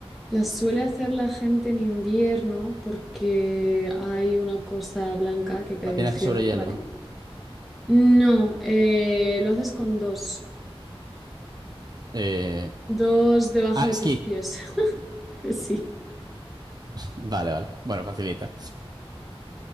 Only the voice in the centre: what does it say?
la suele hacer la gente en invierno porque hay una cosa blanca que cae
del cielo,
¿vale? No, eh, lo haces con dos.
Dos debajo
de
tus pies. <laughs> Sí.